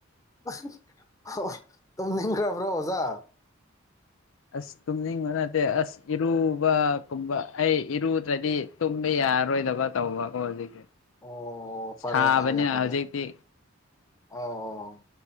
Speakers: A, on the left; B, on the left.
A: ꯑꯁ ꯑꯣ ꯇꯧꯅꯤꯡꯈ꯭ꯔꯕ꯭ꯔꯣ ꯑꯣꯖꯥ
B: ꯑꯁ ꯇꯨꯝꯅꯤꯡꯕ ꯅꯠꯇꯦ ꯑꯁ ꯏꯔꯨꯕ ꯀꯨꯝꯕ ꯑꯩ ꯏꯔꯨꯗ꯭ꯔꯗꯤ ꯇꯨꯝꯕ ꯌꯥꯔꯔꯣꯏꯗꯕ ꯇꯧꯕ ꯀꯣ ꯍꯧꯖꯤꯛꯁꯦ
A: ꯑꯣ ꯐꯔꯦ
B: ꯁꯥꯕꯅꯤꯅ
A: ꯐꯔꯦ ꯐꯔꯦ
B: ꯍꯧꯖꯤꯛꯇꯤ
A: ꯑꯣ